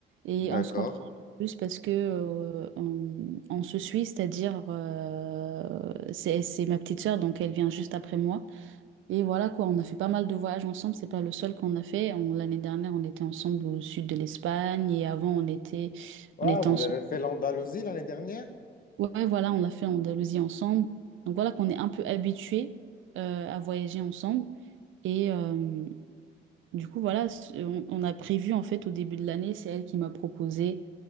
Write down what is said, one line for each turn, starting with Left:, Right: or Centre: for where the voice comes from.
Right: et
Left: D'accord.
Right: on se comprend plus parce que euh, on, on se suit, c'est-à-dire euh, c'est, c'est ma petite sœur, donc elle vient juste après moi. Et voilà quoi, on a fait pas mal de voyages ensemble, c'est pas le seul qu'on a fait. On- l'année dernière, on était ensemble au sud de l'Espagne et avant, on était,
Left: Ah,
Right: on était
Left: vous
Right: ensemble.
Left: avez fait l'Andalousie l'année dernière?
Right: Ouais, voilà, on l'a fait en Andalousie ensemble. Donc voilà qu'on est un peu habitués euh, à voyager ensemble. Et euh, du coup, voilà, c- on, on a prévu en fait au début de l'année, c'est elle qui m'a proposé